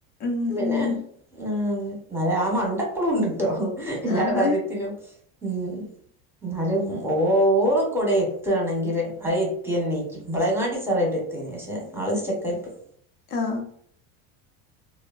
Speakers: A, on the left; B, in the centre.
A: ഉം
B: പിന്നെ
A: ഉം
B: ആ നല്ല ആ മണ്ടപ്പളും ഉണ്ട്ട്ടോ എല്ലാ
A: ആഹ്
B: കാര്യത്തിനും ഉം എന്നാലും ഓള കുടയരുന്നു എത്തുകയാണെങ്കിൽ അത് എത്തിയെനി ഇവളെ കാലും ഉഷാറായിട്ട് എത്തുവെനി പക്ഷേ ആൾ സ്റ്റെക്ക് ആയി പോയി.
A: ആ